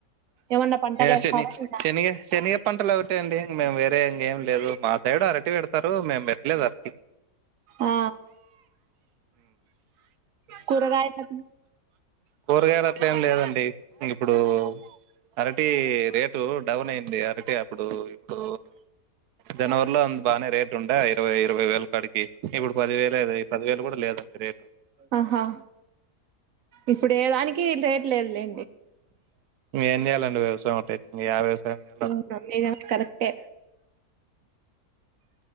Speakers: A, on the right; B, on the right.
A: ఏమన్నా పంటలు వేస్తారా
B: శని
A: ఇంకా
B: శనిగ శనిగ పంటలు ఒకటెయండి మేము వేర ఇంకేం లేదు మా సైడు అరటి పెడతారు మేం పెట్టలేదు అరటీ
A: ఆ కూరగాయల
B: కూరగాయలు అట్ల ఏం లేదండి ఇప్పుడు అరటి రేటు డౌన్ అయింది అరటి ఇప్పుడు ఇప్పుడు జనవరిలో అ బాగానే రేటు ఉంటె ఇరవై ఇరవై వేలు ఇక్కడికి ఇప్పుడు పది వేలు అ పదివేలు కూడా లేదండి రేటు
A: ఆహా ఇప్పుడు ఏ దానికి రేట్ లేదులే
B: ఏం చేయాలండి వ్యవసాయం <unintelligible>
A: <unintelligible>
B: అర్థం
A: కరెక్టే